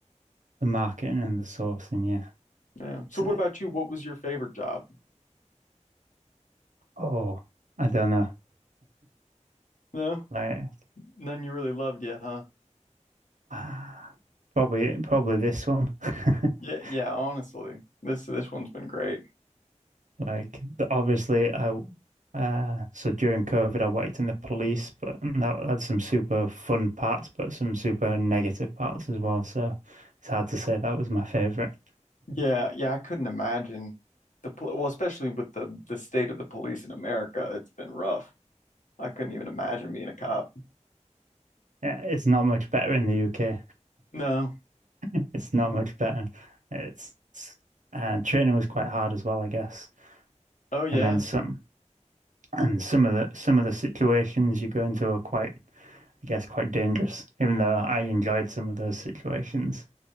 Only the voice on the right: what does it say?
The marketing and the sourcing, yeah.
So-
oh, I don't know.
Like,
<sighs> ah, probably, probably this one. <laughs>
Like, the, obviously, I uh, so during COVID, I worked in the police, but that had some super fun parts, but some super negative parts as well. So it's hard to say that was my favorite.
Yeah, it's not much better in the UK.
<laughs> It's not
much better. It's and training was quite hard as well, I guess.
And then some, and some of the some of the situations you go into are quite, I guess, quite dangerous. Even though I enjoyed some of those situations,